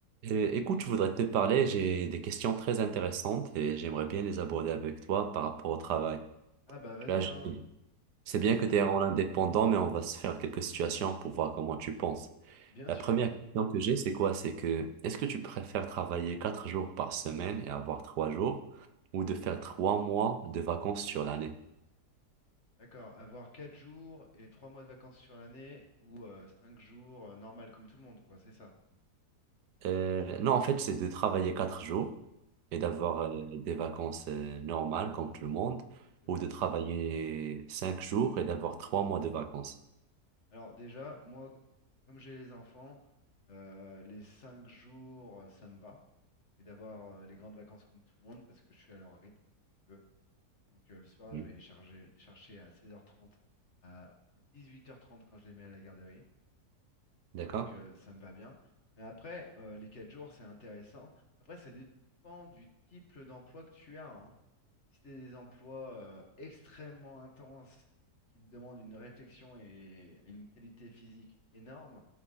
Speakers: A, on the right; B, on the left.
A: Euh, Écoute, je voudrais te parler, j'ai des questions très intéressantes et j'aimerais bien les aborder avec toi par rapport au travail.
B: Ah bah vas-y,
A: Tu vois, je-
B: hein.
A: c'est
B: Je suis
A: bien
B: tout-
A: que tu es en indépendant, mais on va se faire quelques situations pour voir comment tu penses.
B: bien
A: La
B: sûr.
A: première question que j'ai, c'est quoi? C'est que est-ce que tu préfères travailler quatre jours par semaine et avoir trois jours ou de faire trois mois de vacances sur l'année?
B: D'accord. Avoir 4 jours et 3 mois de vacances sur l'année ou euh, 5 jours euh, normal comme tout le monde, quoi. C'est ça.
A: Euh, non, en fait, c'est de travailler quatre jours et
B: D'accord.
A: d'avoir euh, des vacances euh, normales comme tout le monde,
B: Ok.
A: ou de travailler cinq jours et d'avoir trois mois de vacances.
B: Alors déjà, moi, comme j'ai les enfants, euh, les 5 jours, euh, ça me va. Et d'avoir euh, les grandes vacances comme tout le monde parce que je suis à leur rythme, si tu veux. Donc euh, le soir,
A: Mm.
B: je vais les charger- chercher à seize heures trente à, ou huit heures trente quand je les mets à la garderie.
A: D'accord?
B: Donc euh, ça me va bien. Mais après, euh, les 4 jours, c'est intéressant. Après, ça dépend du type d'emploi que tu as. hein. Si tu des emplois euh, extrêmement intenses qui te demandent une réflexion et une qualité physique énorme,